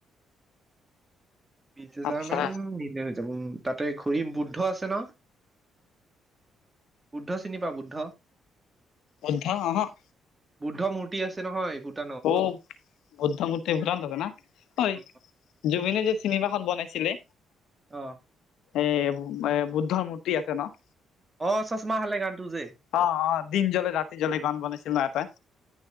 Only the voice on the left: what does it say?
আচ্ছা
এইন্ধ আহক
<unintelligible>
বনাইছিলে।
এ বুদ্ধৰ মূৰ্তি আছে ন।
অ-অ দিন জ্বলে ৰাতি জ্বলে, গান বনাইছিল এটা।